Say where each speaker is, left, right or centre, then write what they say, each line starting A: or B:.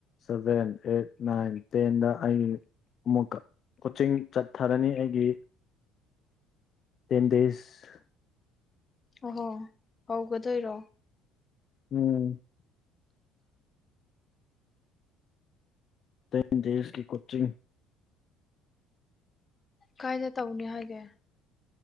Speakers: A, on the left; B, on the left.
A: seven eight nine ꯇꯦꯟꯗ ꯑꯩ ꯑꯃꯨꯛ ꯀꯣꯆꯤꯡ ꯆꯠꯊꯔꯅꯤ ꯑꯩꯒꯤ ꯇꯦꯟꯗꯦꯁ
B: ꯑꯣꯍꯣ ꯍꯧꯒꯗꯣꯏꯔꯣ
A: ꯎꯝ ꯇꯦꯟ ꯗꯦꯁꯀꯤ ꯀꫭꯆꯤꯡ
B: ꯀꯥꯏꯗ ꯇꯧꯅꯤ ꯍꯥꯏꯒꯦ